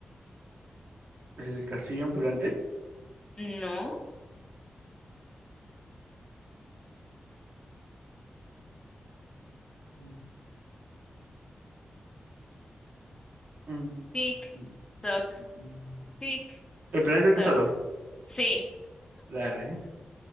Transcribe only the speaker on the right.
El castillo ambulante.
Mm, mm,
mm,
mm, mm.
El planeta del
tesoro.
Dale.